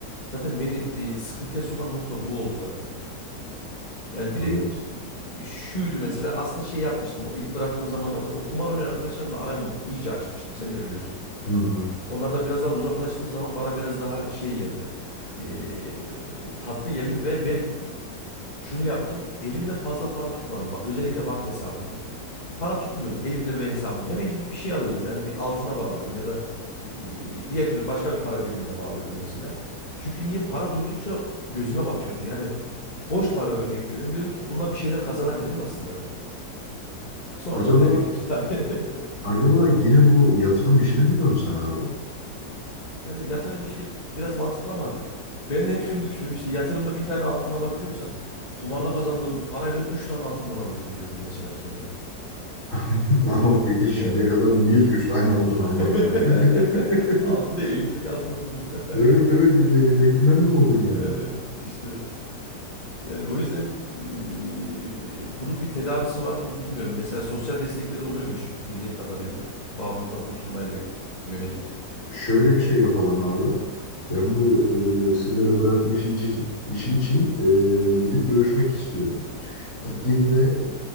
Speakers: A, on the left; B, on the left.
A: zaten beni eee, sıkıntıya sokan nokta bu oldu zaten. Yani bir
B: Evet.
A: de şuydu mesela aslında şey yapmıştım o ilk bıraktığım zamanlarda o kumar oynayan arkadaşlarımla aramı iyice açmıştım sen de biliyorsun.
B: Hı hı.
A: Onlardan biraz daha uzaklaştığım zaman bana biraz daha şey geldi. eee, tatlı geldi ve ben şunu yaptım. Elimde fazla para tutmadım. Ba- Özellikle banka hesabımda. Para tutmuyordum elimde ve hesabımda. Hemen gidip bir şey alıyordum. Yani bir altına bağlıyordum ya da e, diğer türlü başka bir para birimine bağlıyordum mesela. Çünkü niye? Para durdukça gözüme batıyordu. Yani boş para örnek veriyorum. Diyordum ki bununla bir şeyler kazanabilirim aslında ben. Sonra
B: Acaba
A: da kaybediyordum tabii. <laughs>
B: Acaba yine bu yatırım işine mi dönsen abi?
A: Yani yatırım işi biraz mantıklı ama ben de hep şunu düşünüyorum. İşte yatırımda bir tane altın alabiliyorsam kumarda kazandığım parayla üç tane altın alabilirim diyordum mesela kendime.
B: <laughs> Ama peki şimdiye
A: Yani
B: kadar niye hiç 3 tane altın almadın
A: <laughs>
B: abi? <laughs>
A: Altın değil, elimizdeki altından oldu.
B: Evet
A: <laughs>
B: evet bir de elindekinden ne oldun
A: Yani
B: yani?
A: işte yani o yüzden eee bunun bir tedavisi var mı bilmiyorum. Mesela sosyal destekleri oluyormuş bildiğim kadarıyla. Bağımlılıktan kurtulmayla yönelik.
B: Şöyle
A: Eee,
B: bir şey yapalım abi. Ben
A: hı hı,
B: bu e, sigara bırakma işi, için- işi için e, gidip görüşmek istiyorum. Gittiğimde
A: hı hı,